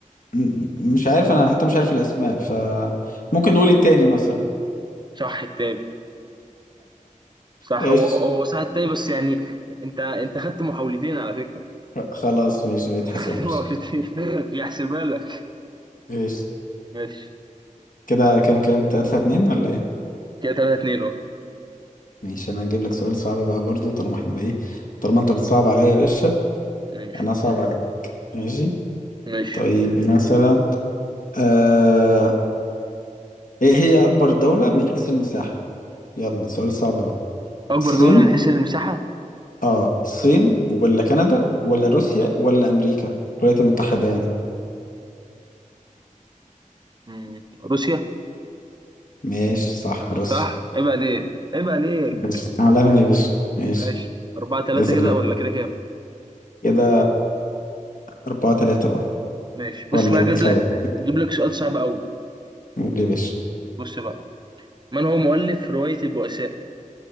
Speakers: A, on the left; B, on the right.
A: م- مش عارف انا حتى مش عارف الاسماء ف ممكن نقول التاني مثلا
B: صح التاني صح
A: ايش
B: هو هو هو صح التاني بس يعني انت انت خدت محاولتين على فكرة
A: خلاص ماشي ما يتحسبش
B: <laughs> محاولتين مش هحسبها لك
A: ايش
B: ماشي
A: كده كام كام تلاتة اتنين ولا ايه
B: كده 3 2 اه
A: ماشي انا هجيب لك سؤال صعب بقى برضو طالما احنا بقى ايه طالما انت بتصعب عليا يا باشا
B: ماشي
A: انا صعب عليك ماشي
B: ماشي
A: طيب مثلا آه... ايه هي اكبر دولة من حيث المساحة يلا سؤال صعب بقى
B: اكبر
A: الصين
B: دولة من حيث المساحة
A: اه الصين ولا كندا ولا روسيا ولا امريكا الولايات المتحدة يعني
B: مم. روسيا
A: ماشي صح
B: صح
A: روسيا
B: عيب عليك عيب عليك
A: ماشي عالمي يا باشا ماشي
B: ماشي 4 3
A: اسأل
B: كده ولا كده كام
A: كده أربعة تلاتة اه
B: ماشي
A: ولا
B: بص بقى
A: ايه
B: اجيب
A: مش
B: لك
A: عارف
B: اجيب لك سؤال صعب قوي
A: قول يا باشا
B: بص بقى من هو مؤلف رواية البؤساء